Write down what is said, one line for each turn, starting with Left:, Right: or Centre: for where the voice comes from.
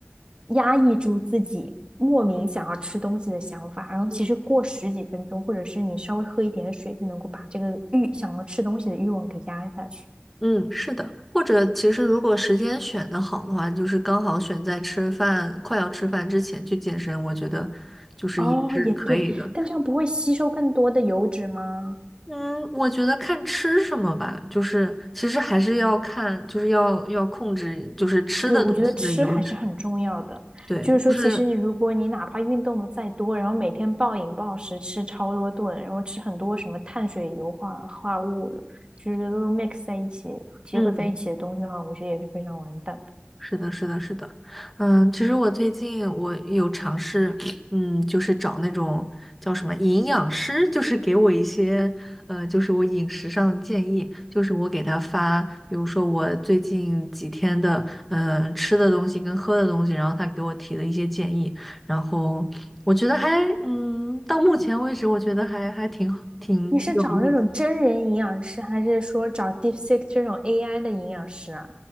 Right: 压抑住自己莫名想要吃东西的想法，
Centre: 嗯
Right: 然后其实过十几分钟，
Centre: 嗯
Right: 或者是你稍微喝一点水，就能够把这个欲想要吃东西的欲望给压下去。
Centre: 嗯，是的，或者其实如果时间选的好的话，就是刚好选在吃饭，快要吃饭之前去健身，我觉得就是也是可以的。
Right: 哦，也对，但这样不会吸收更多的油脂吗？
Centre: 嗯，我觉得看吃什么吧，就是其实还是要看，就是要要控制，就是吃的东西的油脂。
Right: 对，我觉得吃还是很重要的。
Centre: 对，
Right: 就是说，
Centre: 就是
Right: 其实如果你哪怕运动的再多，然后每天暴饮暴食，吃超多顿，然后吃很多什么碳水、油化化物，就是都 mix 在一起，结合在一起的东西的话，
Centre: 嗯。
Right: 我觉得也是非常完蛋的。
Centre: 是的，是的，是的，嗯，其实我最近我有尝试，嗯，就是找那种叫什么营养师，就是给我一些，呃，就是我饮食上的建议，就是我给他发，比如说我最近几天的，嗯，吃的东西跟喝的东西，然后他给我提了一些建议，然后我觉得还，嗯，到目前为止，我觉得还还挺好挺挺有意思。
Right: 你是找那种真人营养师，还是说找 DeepSeek 这种 AI 的营养师啊？